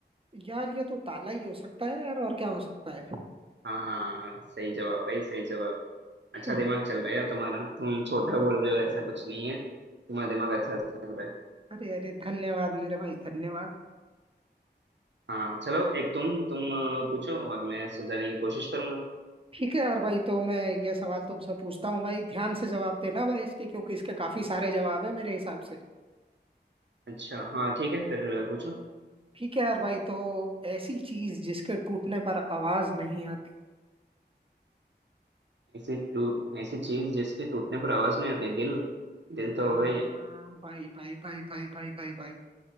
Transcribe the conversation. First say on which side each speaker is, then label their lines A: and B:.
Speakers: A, on the right (about 30°); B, on the right (about 80°).
A: यार ये तो ताला ही हो सकता है यार और क्या हो सकता है
B: हाँ हाँ हाँ, सही जवाब भाई सही जवाब अच्छा
A: हम्म,
B: दिमाग चल रहा है यार तुम्हारा तुम छोटा बोल रहे हो ऐसा कुछ नहीं है तुम्हारा दिमाग अच्छा चल रहा है
A: अरे अरे धन्यवाद मेरे भाई धन्यवाद
B: हाँ चलो एक तुम तुम अ, पूछो और मैं सुलझाने की कोशिश करूंगा
A: ठीक है यार भाई तो मैं ये सवाल तुमसे पूछता हूँ भाई ध्यान से जवाब देना भाई इसके क्योंकि इसके काफी सारे जवाब है मेरे हिसाब से
B: अच्छा हाँ ठीक है फिर पूछो
A: ठीक है यार भाई तो ऐसी चीज जिसके टूटने पर आवाज नहीं आती
B: ऐसी टूट ऐसी चीज जिसके टूटने पर आवाज नहीं आती दिल दिल तो
A: हाँ
B: हो गई है
A: भाई भाई भाई भाई भाई भाई भाई